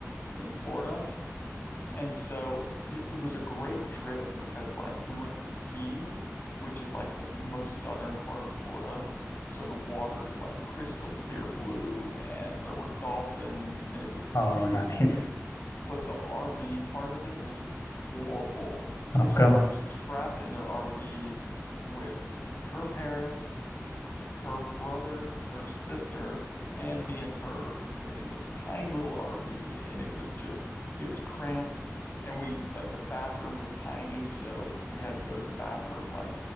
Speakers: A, on the left (about 45°); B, on the left (about 60°).
A: in Florida. And so it, it was a great trip because like we went to the Keys, which is like the most southern part of Florida. So the water is like crystal clear blue and there were dolphins and it was beautiful.
B: Oh, <laughs> nice.
A: But the RV part of it was horrible.
B: How
A: So
B: come?
A: I was trapped in their RV with her parents her brother, her sister, and me and her in this tiny little RV. And it was just, it was cramped. And we, like, the bathroom was tiny. So we had to go to the bathroom, like,